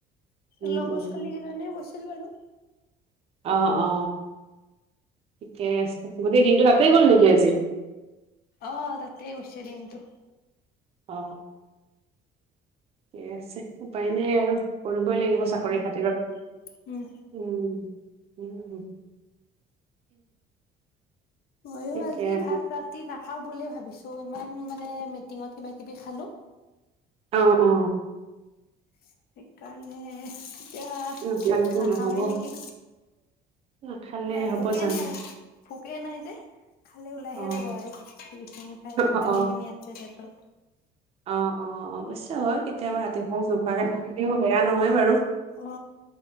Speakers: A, on the right; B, on the left.
A: উম
B: লগৰ
A: উম
B: ছোৱালী কেইজনীও কৈছিল বাৰু
A: অহ অ ঠিকে আছে গোটেই দিনটো তাতেই গ'ল নেকি আজি
B: অ তাতে গৈছে দিনটো
A: অ অ ঠিক আছে উপায় নাই আৰু কৰিবই লাগিব
B: উম
A: চাকৰি
B: উম
A: খাতিৰত
B: উম
A: উম উম উ
B: মইও
A: ঠিকে
B: আজি
A: আছে
B: ভাত ৰাতি না খাও বুলিয়ে ভাবিছো ইমান মানে মিটিঙত কিবা কিবি খালো
A: অ অ
B: সেইকাৰণে এতিয়া
A: নাখালেতো
B: নাখাওঁৱে
A: নহ'ব
B: নেকি
A: নাখালে
B: নাই
A: হ'ব
B: ভোকে
A: জানো
B: নাই ভোকে নাই যে খালে ওলাইহে
A: অ
B: যাব আৰু যিখিনি খাই
A: অ
B: যিখিনি
A: অ
B: আছে পেটত
A: অ অ অৱশ্যে হয় কেতিয়াবা ৰাতি নোখোৱাকে থাকি দিও বেয়া নহয় বাৰু
B: অ